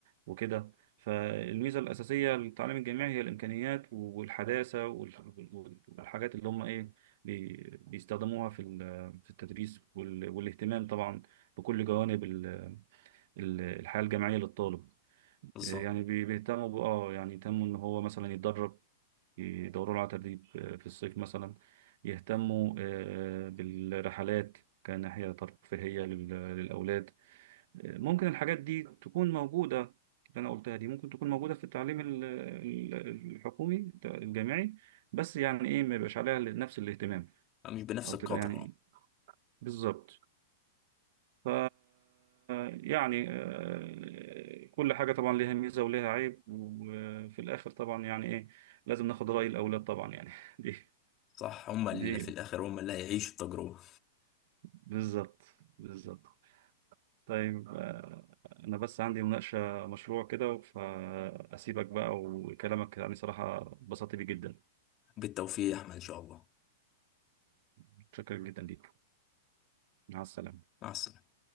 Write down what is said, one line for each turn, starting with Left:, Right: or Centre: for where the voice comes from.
Right: وكده فالميزة الأساسية للتعليم الجامعي هي الإمكانيات والحداثة وال- وال- والحاجات اللي هم إيه بي- بيستخدموها في ال- في التدريس وال- والاهتمام طبعا بكل جوانب ال- ال- الحياة الجامعية للطالب
Left: بالظبط
Right: يعني بي- بيهتموا ب- اه يعني يهتموا ان هو مثلا يتدرب يدوروا له على تدريب آه، في الصيف مثلا يهتموا آه، بالرحلات كناحية ترفيهية لل- للأولاد آه، ممكن الحاجات دي تكون موجودة اللي أنا قلتها دي ممكن تكون موجودة في التعليم ال- ال- الحكومي الجامعي بس يعني إيه ما يبقاش عليها نفس الاهتمام
Left: مش بنفس
Right: أو
Left: القدر
Right: تبقى يعني بالظبط ف يعني آه، كل حاجة طبعا ليها ميزة وليها عيب وفي الآخر طبعا يعني إيه لازم ناخد رأي الأولاد طبعا يعني <laughs> دي
Left: صح هم اللي
Right: دي
Left: في الآخر هم اللي هيعيشوا التجربة
Right: بالظبط بالظبط طيب آه، أنا بس عندي مناقشة مشروع كده فأسيبك بقى وكلامك يعني صراحة اتبسطت بيه جدا
Left: بالتوفيق يا أحمد إن شاء الله
Right: متشكر جدا ليك مع السلامة
Left: مع السلامة